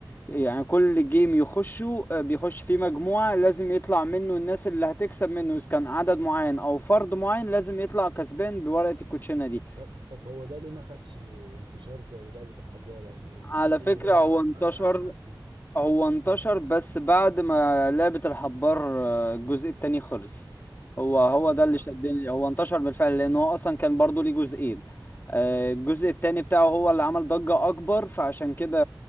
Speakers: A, on the left (about 25°); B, on the right (about 75°).
A: يعني كل جيم يخشوا آه، بيخش فيه مجموعة لازم يطلع منه الناس اللي هتكسب منه اذا كان عدد معين او فرد معين لازم يطلع كسبان بورقة الكوتشينة دي
B: طب طب هو ده ليه ما خدش انتشار زي لعبة الحبار يعني
A: على
B: كنت بتقول
A: فكرة
B: اللي هو
A: هو انتشر
B: أ- أ- قبل
A: هو انتشر
B: مم.
A: بس بعد ما لعبة الحبار آه، الجزء التاني خلص هو هو ده
B: اه
A: اللي شدني هو انتشر بالفعل لأنه هو أصلا كان برضو ليه جزئين آه، الجزء التاني بتاعه هو اللي عمل ضجة أكبر فعشان كده